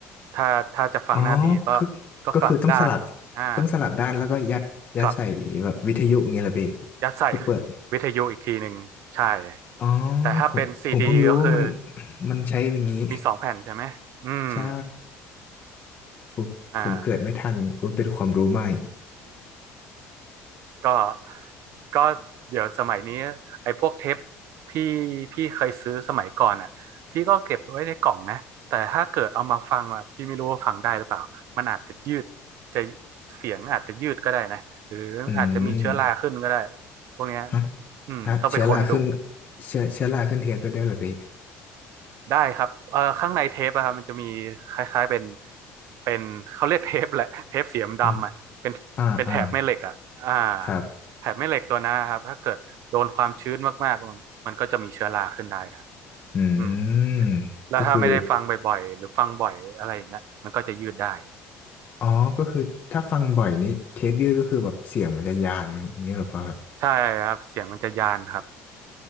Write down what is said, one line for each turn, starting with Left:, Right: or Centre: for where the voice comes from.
Right: ถ้าถ้าจะฟังหน้าบีก็
Left: อ๋อก็
Right: ก็กลับด้านอ่า
Left: ก็คือต้องสลับต้องสลับด้านแล้วก็ยัดยัดใส่แบบวิทยุอย่างเงี้ยเหรอพี่
Right: กลับยัดใส่
Left: เพื่อเปิดอ
Right: วิทยุอีกทีหนึ่งใช่
Left: ๋อ
Right: แต่ถ้าเป็นซีดีก็คือ
Left: ผมผมเพิ่งรู้ว่ามันมันใช้อย่างนี้
Right: มีสองแผ่นใช่ไหมอืม
Left: <laughs> ใช่ผมผมเกิดไม่ทันอุ๊ยเป็นความรู้ใหม่
Right: อ่า ก็ก็เดี๋ยวสมัยนี้ไอ้พวกเทปที่พี่เคยซื้อสมัยก่อนอ่ะพี่ก็เก็บไว้ในกล่องนะแต่ถ้าเกิดเอามาฟังอ่ะพี่ไม่รู้ว่าฟังได้หรือเปล่ามันอาจจะยืดจะเสียงอาจจะยืดก็ได้นะหรืออาจจะมีเชื้อราขึ้นก็ได้
Left: อืม
Right: พวกเนี้ย
Left: ฮะ
Right: อืมต้องไปค้นดู
Left: ฮะเชื้อราขึ้นเชื้อเชื้อราขึ้นเทปได้ด้วยเหรอพี่
Right: ได้ครับเอ่อข้างในเทปอะครับมันจะมีคล้ายๆเป็นเป็นเขาเรียกเทปแหละ <laughs> เทปสีดำๆอะเป็นเป็นแถบแม่เหล็กอะอ่า
Left: อืมอ่าอ่าครับ
Right: แถบแม่เหล็กตัวนั้นนะครับถ้าเกิดโดนความชื้นมากๆมันมันก็จะมีเชื้อราขึ้นได้ครับ
Left: อื
Right: อืม
Left: ม
Right: แล้วถ้าไม่ได้ฟังบ่อยๆหรือฟังบ่อยอะไรอย่างเงี้ยมันก็จะยืดได้
Left: ก็คืออ๋อก็คือถ้าฟังบ่อยนี่เทปยืดก็คือแบบเสียงมันจะยานอย่างนี้เหรอพ่อ
Right: ใช่ครับเสียงมันจะยานครับ